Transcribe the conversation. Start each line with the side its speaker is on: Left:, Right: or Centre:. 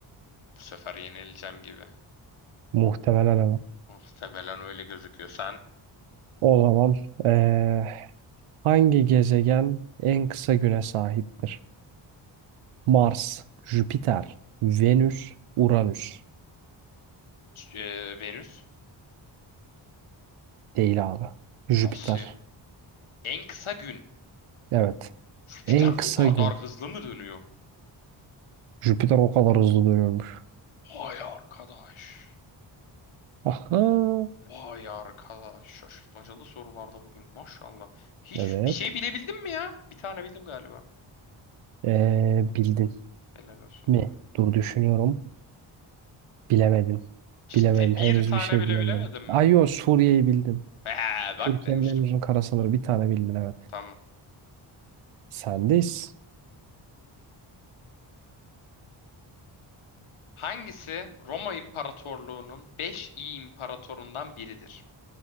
Left: Bu sefer yenileceğim gibi.
Right: Muhtemelen
Left: Muhtemelen öyle gözüküyor. Sen
Right: O zaman eee, hangi gezegen en kısa güne sahiptir? Mars, Jüpiter, Venüs, Uranüs.
Left: e, Venüs.
Right: Değil abi. Jüpiter.
Left: Nasıl ya? En kısa gün.
Right: Evet.
Left: Jüpiter
Right: En kısa
Left: o kadar
Right: gün.
Left: hızlı mı dönüyor?
Right: Jüpiter o kadar hızlı dönüyormuş.
Left: Vay arkadaş.
Right: Aha.
Left: Vay arkadaş şaşırtmacalı sorularda bugün maşallah. Hiç
Right: Evet.
Left: bir şey bilebildin mi ya? Bir tane bildim galiba.
Right: Eee, bildin
Left: Helal olsun
Right: mi?
Left: bana.
Right: Dur düşünüyorum. Bilemedin.
Left: Ciddi
Right: Bilemedin. Henüz
Left: bir tane
Right: bir şey
Left: bile
Right: bilemedin.
Left: bilemedin mi?
Right: Ay yo Suriye'yi bildin.
Left: Ee, bak
Right: Türkiye'nin
Left: demiştim.
Right: en uzun kara sınırı bir tane bildin evet.
Left: Tamam.
Right: Sendeyiz.
Left: Hangisi Roma İmparatorluğu'nun beş iyi imparatorundan biridir?